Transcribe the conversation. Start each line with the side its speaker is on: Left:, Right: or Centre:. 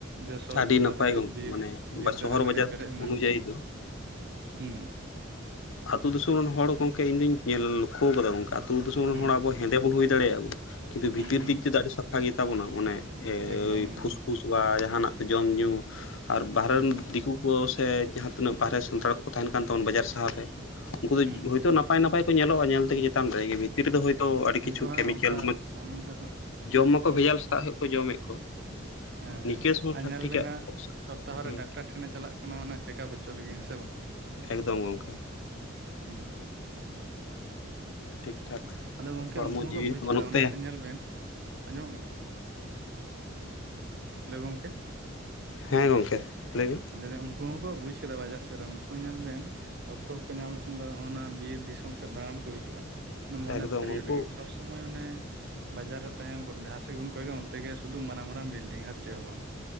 Right: ᱡᱚᱥᱚ
Left: ᱟᱹᱰᱤ
Right: ᱜᱳᱴᱟ
Left: ᱱᱟᱯᱟᱭ
Right: ᱫᱷᱟᱨᱮ
Left: ᱜᱚᱝᱠᱮ
Right: ᱵᱤᱨ
Left: ᱢᱟᱱᱮ
Right: ᱵᱤᱨ ᱫᱟᱨᱮ
Left: ᱥᱚᱦᱚᱨ
Right: ᱱᱟᱹᱲᱤ
Left: ᱵᱟᱡᱟᱨ
Right: ᱯᱮᱨᱮᱡ ᱢᱮᱱᱟᱜᱼᱟ
Left: ᱚᱱᱩᱡᱟᱭᱤ ᱫᱚ
Right: ᱦᱩᱸ
Left: ᱟᱹᱛᱩ ᱫᱤᱥᱚᱢ ᱨᱮᱱ ᱦᱚᱲ ᱜᱚᱝᱠᱮ ᱤᱧᱫᱩᱧ ᱧᱮᱞ ᱞᱚᱠᱠᱷᱚᱣ ᱠᱟᱫᱟ ᱜᱚᱝᱠᱮ ᱟᱹᱛᱩ ᱫᱤᱥᱚᱢ ᱨᱮᱱ
Right: ᱦᱩᱸ
Left: ᱦᱚᱲ ᱟᱵᱚ ᱦᱮᱸᱫᱮ ᱵᱚᱱ ᱦᱩᱭ ᱫᱟᱲᱮᱭᱟᱜᱼᱟ ᱟᱵᱚ ᱠᱤᱱᱛᱩ ᱵᱷᱤᱛᱤᱨ
Right: ᱦᱩᱸ ᱦᱩᱸ
Left: ᱫᱤᱠ ᱛᱮᱫᱚ ᱟᱹᱰᱤ ᱥᱟᱯᱷᱟ ᱜᱮ ᱛᱟᱵᱚᱱᱟ ᱚᱱᱮ ᱡᱮᱻ
Right: ᱮᱠᱫᱚᱢ
Left: ᱳᱭ
Right: ᱮᱠᱫᱚᱢ
Left: ᱯᱷᱩᱥᱯᱷᱩᱥ ᱵᱟ ᱡᱟᱦᱟᱱᱟᱜ ᱡᱚᱢ ᱧᱩ ᱟᱨ ᱵᱟᱨᱦᱮ
Right: ᱦᱩᱸ
Left: ᱨᱤᱱ ᱫᱤᱠᱼᱼ ᱠᱩ ᱠᱚ ᱥᱮ ᱡᱟᱦᱟᱸ ᱛᱤᱱᱟᱹᱜ ᱵᱟᱦᱨᱮ ᱥᱟᱱᱛᱟᱲ ᱠᱚ ᱛᱟᱦᱮᱱ ᱠᱟᱱ ᱛᱟᱵᱚᱱ ᱵᱟᱡᱟᱨ ᱥᱟᱦᱟᱨ ᱨᱮ ᱩᱱᱠᱩ ᱫᱚ
Right: ᱦᱩᱸ
Left: ᱦᱚᱭᱛᱚ ᱱᱟᱯᱟᱭ ᱱᱟᱯᱟᱭ ᱠᱚ ᱧᱮᱞᱚᱜᱼᱟ ᱧᱮᱞ ᱛᱮᱜᱮ ᱪᱮᱛᱟᱱ ᱨᱮ ᱡᱮ ᱵᱷᱤᱛᱤᱨ ᱨᱮᱫᱚ ᱦᱚᱭᱛᱚ ᱟᱹᱰᱤ
Right: ᱠᱤᱱᱛᱩ
Left: ᱠᱤᱪᱷᱩ
Right: ᱦᱟᱸᱜ
Left: ᱠᱮᱢᱤᱠᱮᱞ
Right: ᱚᱱᱠᱟ ᱠᱟᱹᱢᱤ ᱫᱚ ᱦᱟᱸᱜ
Left: ᱡᱚᱢ ᱢᱟᱠᱚ ᱵᱷᱮᱡᱟᱞ ᱥᱮᱛᱟᱜ <unintelligible> ᱠᱚ ᱡᱚᱢᱮᱜ ᱠᱚ
Right: ᱦᱚᱸ
Left: ᱱᱤᱠᱟᱹᱥ
Right: ᱦᱚᱸ ᱟᱨᱱᱟᱜ
Left: ᱴᱷᱟᱠ
Right: ᱧᱮᱞ
Left: ᱴᱷᱤᱠᱟᱜ
Right: ᱟᱵᱤᱱ ᱦᱟᱸᱜ ᱥᱚᱯᱛᱟᱦᱚ
Left: ᱦᱮᱸ
Right: ᱨᱮ ᱰᱟᱠᱛᱟᱨ ᱴᱷᱮᱱᱮ ᱪᱟᱞᱟᱜ ᱠᱟᱱᱟ ᱚᱱᱟ ᱪᱮᱠᱟᱯ ᱦᱚᱪᱚᱜ ᱞᱟᱹᱜᱤᱫ ᱦᱮᱸ ᱥᱮ ᱵᱟᱝ
Left: ᱮᱠᱫᱚᱢ ᱜᱚᱝᱠᱮ
Right: ᱦᱩᱸ
Left: ᱴᱷᱤᱠ ᱴᱷᱟᱠ
Right: ᱟᱫᱚ ᱜᱚᱝᱠᱮ
Left: ᱦᱚᱲᱢᱚ
Right: ᱩᱱᱠᱩ ᱦᱚᱸᱠᱚ
Left: ᱡᱤᱣᱤ
Right: ᱵᱩᱡ
Left: ᱵᱟᱹᱱᱩᱜ
Right: ᱠᱟᱫᱟ ᱚᱱᱟᱛᱮ
Left: ᱛᱟᱭᱟ
Right: ᱧᱮᱞ ᱵᱮᱱ ᱟᱸᱡᱚᱢᱚᱜ ᱠᱟᱱᱟ ᱦᱮᱞᱳ ᱜᱚᱝᱠᱮ
Left: ᱦᱮᱸ ᱜᱚᱝᱠᱮ ᱞᱟᱹᱭᱵᱤᱱ
Right: ᱞᱟᱹᱭᱫᱟ ᱩᱱᱠᱩ ᱦᱚᱸᱠᱚ ᱵᱩᱡ ᱠᱟᱫᱟ ᱵᱟᱡᱟᱨ ᱥᱮᱫ ᱨᱮᱱ ᱩᱱᱠᱩ ᱧᱮᱞ ᱵᱮᱱ ᱚᱠᱛᱚ ᱠᱚᱠᱚ ᱧᱟᱢ ᱞᱮᱠᱷᱟᱱ ᱫᱚ ᱚᱱᱟ ᱵᱤᱨ ᱫᱤᱥᱚᱢ ᱥᱮᱫ ᱫᱟᱬᱟᱱ ᱠᱚ ᱦᱤᱡᱩᱜᱼᱟ᱾ ᱚᱱᱟ ᱢᱚᱱᱮ
Left: ᱮᱠᱫᱚᱢ
Right: ᱯᱷᱟᱹᱨᱭᱟᱹ
Left: ᱩᱱᱠᱩ
Right: ᱞᱟᱹᱜᱤᱫ ᱥᱚᱵ ᱥᱚ ᱥᱚᱢᱚᱭ ᱚᱱᱮ ᱵᱟᱡᱟᱨ ᱨᱮ ᱛᱟᱦᱮᱸ ᱡᱟᱦᱟᱸ ᱥᱮᱫ ᱜᱮᱵᱤᱱ ᱠᱚᱭᱚᱜᱟ ᱚᱱᱛᱮ ᱜᱮ ᱥᱩᱫᱷᱩ ᱢᱟᱨᱟᱝ ᱢᱟᱨᱟᱝ ᱵᱤᱞᱰᱤᱝ ᱟᱨ ᱪᱮᱫ ᱦᱚᱸ ᱵᱟᱝ᱾